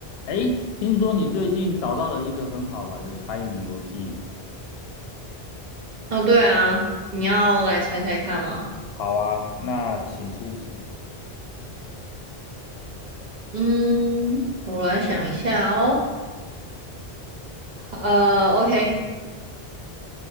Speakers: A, on the left; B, on the right.
A: 哎，听说你最近找到了一个很好玩的猜谜游戏。
B: 哦，对啊，你要来猜猜看吗？
A: 好啊，那请出题。
B: 嗯，我来想一下哦。呃，OK，